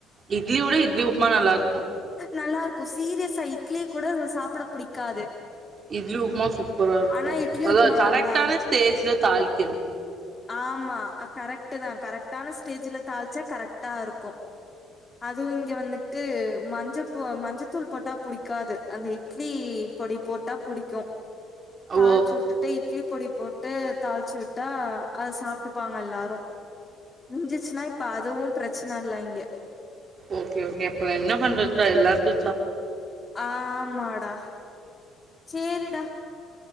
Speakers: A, on the right (about 45°); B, on the left (about 30°).
A: இட்லி விட இட்லி உப்மா நல்லாருக்கு
B: நல்லாருக்கு சீரியஸா இட்லி கூட சாப்புட புடிக்கா
A: இட்லி உப்மா சூப்பரா இருக்கு
B: ஆனா இட்லி
A: அதா
B: உப்மா
A: கரெக்டான
B: நல்லா இருக்கு
A: ஸ்டேஜ்ல தாளி க்கிணு
B: ஆமா கரெக்ட்டுதா கரெக்டான ஸ்டேஜுல தாள்ச்சா கரெக்டா இருக்கு அதுவு இங்க வந்துட்டு மஞ்சப்பொ மஞ்சத்தூள் போட்டா புடிக்காது அந்த இட்லி பொடி போட்டா புடிக்கு தாள்ச்சு
A: ஓ
B: வுட்டுட்டு இட்லி பொடி போட்டு தாள்ச்சு விட்டா அத சாப்ட்டுப்பாங்க எல்லாரு மிஞ்சுச்சுன்னா இப்ப அதுவு பிரச்சன இல்ல இங்க
A: ஓகே ஓகே அப்ற என்ன பண்றதா எல்லார்க்கு
B: ஆமா டா சேரிடா